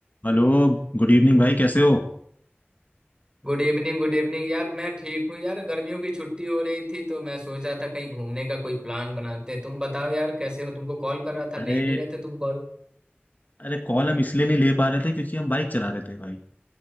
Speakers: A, on the left (about 45°); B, on the right (about 20°).
A: Hello Good evening भाई कैसे हो
B: Good evening good evening यार मैं ठीक हूँ यार गर्मियों की छुट्टी हो रही थी तो मैं सोच रहा था कहीं घूमने का कोई प्लान बनाते हैं तुम बताओ यार कैसे हो तुमको कॉल कर रहा था
A: अरे
B: ले नहीं रहे थे तुम कॉल
A: अरे कॉल हम इसलिए नहीं ले पा रहे थे क्योंकि हम बाइक चला रहे थे भाई